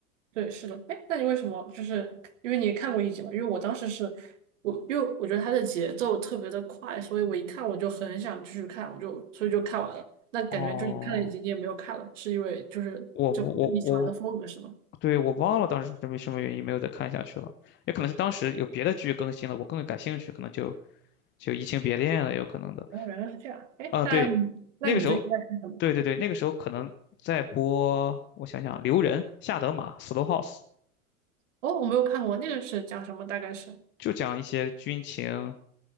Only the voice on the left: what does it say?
哦，
我我我对，我忘了当时是因为什么原因没有再看下去了，也可能是当时有别的剧更新了，我更感兴趣，可能就就移情别恋了，也有可能的。
啊，
对，
那个时候，对对对，那个时候可能在播，我想想，《留人》《下德玛》《Slow House》，
就讲一些军情，